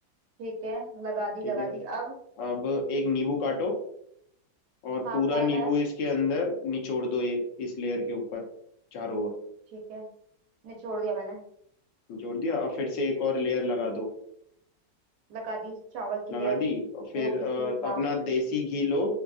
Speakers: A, on the right (about 70°); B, on the left (about 80°).
A: ठीक है लगा दी
B: ठीक
A: लगा
B: है
A: दी अब
B: अब एक नींबू काटो और
A: हाँ
B: पूरा
A: काटा
B: नींबू इसके अंदर निचोड़ दो ये इस लेयर के ऊपर चारों ओर
A: ठीक है निचोड़ दिया मैंने
B: निचोड़ दिया अब फिर से एक और लेयर लगा दो
A: लगा दी चावल की
B: लगा
A: लेयर
B: दी और फिर
A: मोटी
B: अ,
A: सी हाँ
B: अपना देसी घी लो